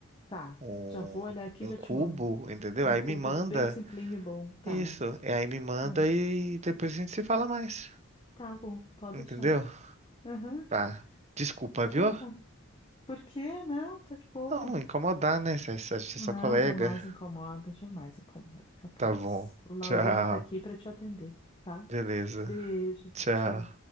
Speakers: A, on the left; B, on the right.
A: Tá.
B: um,
A: Já vou olhar aqui
B: um
A: e já
B: cubo,
A: te mando.
B: entendeu?
A: Um
B: Aí
A: cubo
B: me manda
A: bem simplinho e bom. Tá.
B: isso, e aí me manda
A: Aham.
B: e depois a gente se fala mais,
A: Tá bom, pode
B: entendeu?
A: deixar. Aham,
B: Tá. Desculpa,
A: Então
B: viu?
A: tá. Por quê? Não, tá de boa.
B: Não, não incomodar, né? Se se a gente é
A: Não,
B: só colega.
A: jamais incomoda, jamais incomoda, capaz.
B: Tá bom.
A: Laurinha
B: Tchau.
A: tá aqui pra te atender, tá?
B: Beleza.
A: Beijo,
B: Tchau.
A: tchau.